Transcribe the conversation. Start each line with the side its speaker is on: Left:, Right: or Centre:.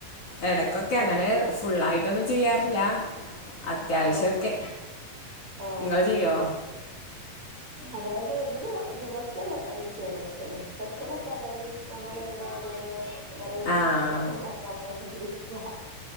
Left: എടക്കൊക്കെ,
Right: ഓ
Left: അങ്ങനെ ഫുള്ളായിട്ടൊന്നും ചെയ്യാറില്ല അത്യാവശ്യൊക്കെ
Right: ഓ ഓ
Left: നിങ്ങള് ചെയ്യോ
Right: അതായത് ന്ന് ദിവസ്സം പണിചെല്ലേ. സ്പെഷ്യലൊക്കെ അതായത് നമ്മള് ഇങ്ങനെ ഓരോരോ വെറൈറ്റി
Left: ആഹ്
Right: ഫുഡോക്കെ ണ്ടാക്കാൻ. ഭയങ്കര ഇഷ്ടാ